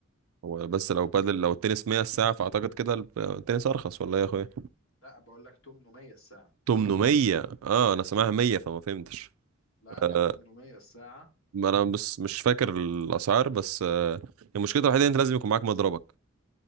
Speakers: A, on the right; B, on the left.
A: هو بس لو بادل لو التنس 100 الساعه فاعتقد كده الب- التنس ارخص ولا ايه يا اخويا
B: لا بقول لك 800 الساعة
A: 800 اه انا سامعها 100 فما فهمتش
B: لا لا
A: آه
B: 800 الساعة
A: ما انا بس مش فاكر الاسعار بس آه المشكله الوحيده إن انت لازم يكون معاك مضربك